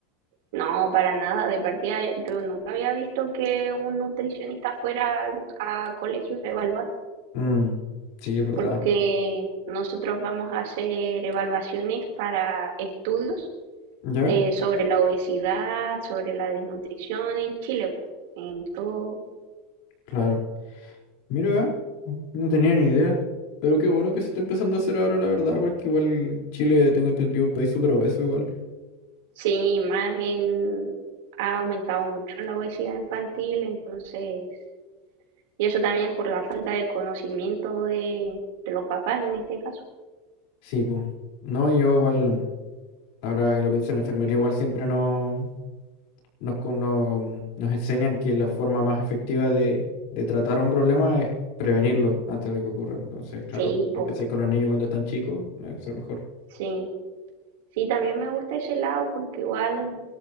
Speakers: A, on the right; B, on the left.
A: No, para nada. De partida, yo nunca había visto que un nutricionista fuera al- a colegio a evaluar,
B: Mm, sí, es verdad.
A: porque nosotros vamos a hacer evaluaciones para estudios
B: ¿Ya?
A: eh, sobre la obesidad, sobre la desnutrición en Chile. po. Entonces,
B: Claro. Mira, eh, no tenía ni idea. Pero qué bueno que se está empezando a hacer ahora, la verdad, porque igual Chile, tengo entendido, un país súper obeso igual.
A: sí, más en, ha aumentado mucho la obesidad infantil, entonces, y eso también es por la falta de conocimiento de, de los papás en este caso.
B: Sí, pues. No, yo igual, ahora que lo pienso en enfermería, igual siempre no. nos, con- no- nos enseñan que la forma más efectiva de, de tratar un problema es prevenirlo antes de que ocurra. Entonces, claro,
A: Sí, po,
B: si empezáis con los niños cuando están chicos, eh, va a ser mejor.
A: sí. Sí, también me gusta ese lado porque igual